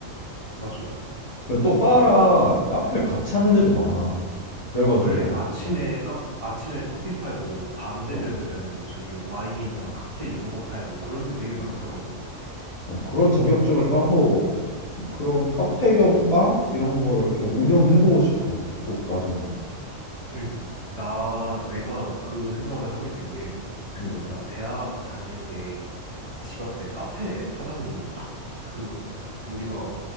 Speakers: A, on the right; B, on the left.
A: 맞아.
B: 근데 또 바랑 카페를 같이 하는 데도 많아. 그래가지고,
A: 그래, 아침에
B: 음,
A: 카 아침에 커피 팔고 밤 되면은
B: 어,
A: 저기 와인이나 칵테일 이런 거 팔고 그런 데 되게 많더라고.
B: 음, 어, 그런 자격증을 따서 그런 카페 겸 바? 이런 거를 좀 운영해보고 싶어. 꼭 나중에.
A: 응 나 내가 그 생각을 하게 된 게 그
B: 음,
A: 나 대학 다닐 때 집 앞에 카페 사장님이 딱 그 우리가